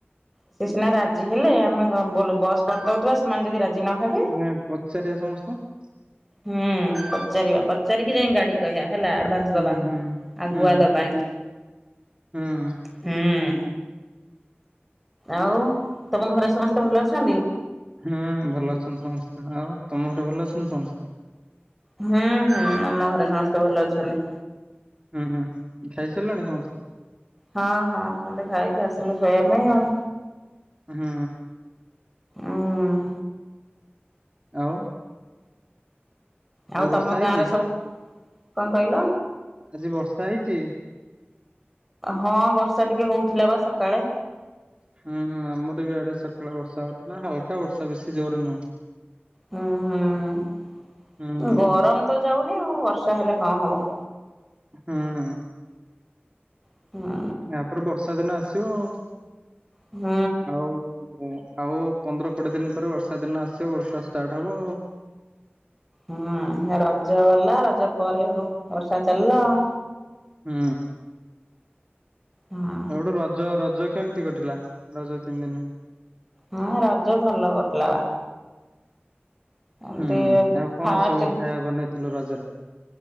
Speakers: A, in the centre; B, on the right.
A: ସି ସିନା ରାଜି ହେଲେ ଆମେ ଗ ବ ବଲ ବସ୍ କରିଦଉଥିବା ସେମାନେ ଯଦି ରାଜି ନହବେ।
B: ନା ପଚାରିବା ସମସ୍ତୁଙ୍କୁ।
A: ହୁଁ ପଚାରିବା ପଚାରିକି ଯାଇକି ଗାଡ଼ି କହିବା ହେଲା। ଆଡ ଆଡଭନ୍ସ
B: ହୁଁ
A: ଦବା
B: ହୁଁ
A: ଆଉ
B: ହୁଁ
A: ଗୁଆ ଦବାନି।
B: ହୁଁ।
A: ହୁଁ ଆଉ ତମ ଘରେ ସମସ୍ତେ ଭଲ ଅଛନ୍ତି?
B: ହଁ ଭଲ ଅଛନ୍ତି ସମସ୍ତେ। ଆଉ ତମ ଘରେ ଭଲ ଅଛନ୍ତି ସମସ୍ତେ?
A: ହୁଁ ହୁଁ ଆମ ଘରେ ସମସ୍ତେ ଭଲ ଅଛନ୍ତି।
B: ହୁଁ ହୁଁ ଖାଇ ସାରିଲଣି ସମସ୍ତେ?
A: ହଁ ହଁ ସମତେ ଖାଇକି ଆସିଲୁ ଶୋଇବା ପାଇଁ ଆଉ।
B: ହୁଁ।
A: ଉଁ
B: ଆଉ?
A: ଆଉ
B: ଆଜି ବର୍ଷା
A: ତମ
B: ହେଇଚି?
A: ଗାଁ ରେ ସବୁ କଣ କହିଲ?
B: ଆଜି ବର୍ଷା ହେଇଚି?
A: ହଁ ବର୍ଷା ଟିକେ ହଉଥିଲା ବା ସକାଳେ।
B: ହୁଁ ଆମର ବି ଆଡେ ସକାଳେ ବର୍ଷା ହଉଥିଲା। ହାଲକା ବର୍ଷା ବେଶୀ ଜୋରେ ନୁହଁ।
A: ହୁଁ ହୁଁ।
B: ହୁଁ
A: ଗରମ ତ ଯାଉନି ଆଉ ବର୍ଷା ହେଲେ କଣ ହବ?
B: ହୁଁ ହୁଁ।
A: ହୁଁ।
B: ୟାପରେ ବର୍ଷା ଦିନ ଆସିବ ଆଉ।
A: ହୁଁ।
B: ଆଉ ଆଉ ପନ୍ଦର କୋଡିଏ ଦିନ ପରେ ବର୍ଷା ଦିନ ଆସିବ ବର୍ଷା ଷ୍ଟାର୍ଟ ହବ ଆଉ।
A: ହୁଁ ରଜ ଗଲା ରଜ ପରେ ହେଠୁ ବର୍ଷା ଚାଲିଲା ଆଉ।
B: ହୁଁ।
A: ହଁ
B: ଆଉ ହେଟୁ ରଜ ରଜ କେମିତି କଟିଲା ରଜ ତିନି ଦିନି?
A: ହଁ ରଜ ଭଲ କଟିଲା ବା। ଏମତି
B: ହୁଁ ଆଉ କଣ
A: ଫାଷ୍ଟ
B: ସବୁ ଖାଇବା ବନେଇଥିଲୁ ରଜରେ?